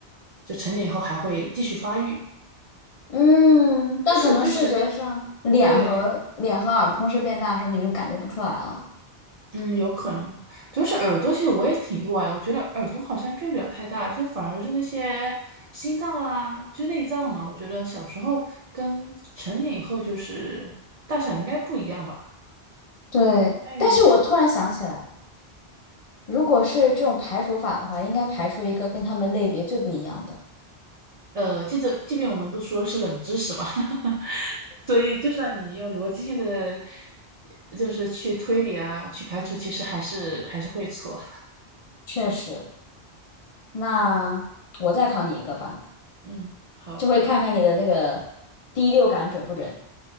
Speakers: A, on the right (about 55°); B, on the left (about 50°).
A: 就成年以后还会继续发育。
B: 嗯，但可能视觉上，
A: 但是但是
B: 脸和脸和耳同时变大的时候，
A: 对
B: 你就感觉不出来了。
A: 嗯，有可能，主要是耳朵，其实我也挺意外的。我觉得耳朵好像变不了太大，就反而是那些心脏啊，就内脏嘛。我觉得小时候跟成年以后就是大小应该不一样吧。
B: 对，
A: 哎，
B: 但是我突然想起来，
A: 这
B: 如果是这种排除法的话，应该排除一个跟他们类别最不一样的。
A: 呃，记着，即便我们都说的是冷知识嘛，<laughs> 所以就算你有逻辑性的，就是去推理啊，去排除，其实还是还是会错。
B: 确实，那我再考你一个吧，
A: 嗯，好，
B: 这回看看你的那个第六感准不准。